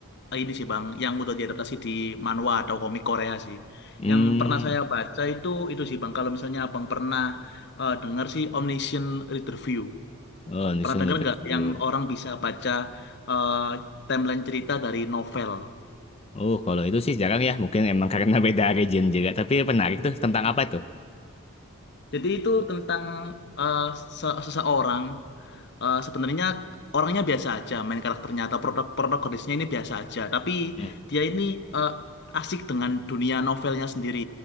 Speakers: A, on the left; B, on the left.
A: eh, ini sih Bang, yang udah diadaptasi di manhwa atau komik Korea sih.
B: Hmm,
A: Yang pernah saya baca itu itu sih Bang, kalau misalnya Abang pernah eh, dengar sih Omniscient Reader View.
B: oh, National
A: Pernah dengar
B: Interview.
A: nggak yang orang bisa baca eh, timeline cerita dari novel?
B: Oh, kalau itu sih jarang ya, mungkin emang karena <laughs> beda region juga. Tapi menarik tuh, tentang apa tuh?
A: Jadi itu tentang eh, se- seseorang eh, sebenarnya orangnya biasa aja, main karakternya atau produk protagonisnya ini biasa aja, tapi
B: Mm.
A: dia ini eh, asik dengan dunia novelnya sendiri.